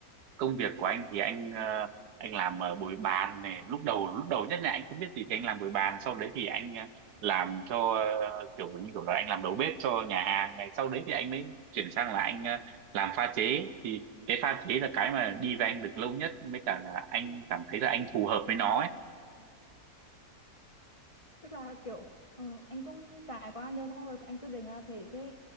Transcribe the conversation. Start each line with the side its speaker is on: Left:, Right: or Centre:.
Right: công việc của anh thì anh ờ, anh làm ờ, bồi bàn này, lúc đầu lúc đầu nhất là anh không biết gì thì anh làm bồi bàn, sau đấy thì anh ờ, làm cho ờ, kiểu như kiểu là anh làm đầu bếp cho nhà hàng này, sau đấy thì anh mới chuyển sang là anh ờ, làm pha chế thì cái pha chế là cái mà đi với anh được lâu nhất, mới cả là anh cảm thấy là anh phù hợp với nó ấy.
Left: tức là kiểu ừ, anh cũng trải qua nhiều xong rồi anh quyết định là thấy cái